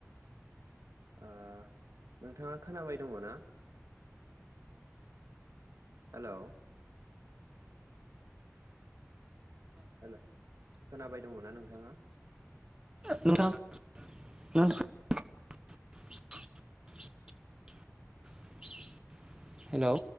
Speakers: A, on the right (about 80°); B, on the right (about 15°).
A: आ। नोंथाङा खोनाबाय दङ' ना? हेलौ हेल' खोनाबाय दङ' ना नोंथाङा?
B: नोंथां <unintelligible> हेलौ